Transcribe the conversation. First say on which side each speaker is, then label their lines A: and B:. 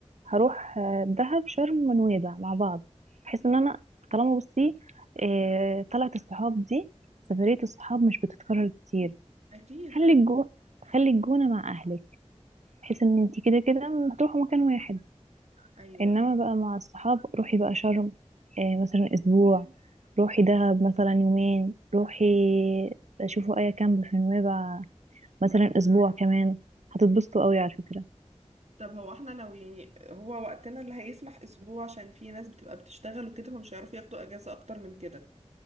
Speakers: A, on the right; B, on the right.
A: هروح آه، دهب شرم ونويبع مع بعض بحيث إن أنا طالما بصي آه، طلعت الصحاب دي سفرية الصحاب مش بتتكرر كتير
B: اكيد
A: خلي
B: أ-
A: الجو خلي الجونة مع أهلك بحيث إن انتي كده كده هتروحوا مكان واحد
B: ايوه
A: إنما بقى مع الصحاب روحي بقى شرم آه، مثلا أسبوع روحي دهب مثلا يومين روحي آه، شوفوا أي كامب في نويبع مثلا اسبوع كمان هتتبسطوا قوي على فكرة
B: طب هو احنا لو يعني هو وقتنا اللي هيسمح اسبوع عشان في ناس بتبقى بتشتغل وكده فمش هيعرفوا ياخدوا اجازة اكتر من كده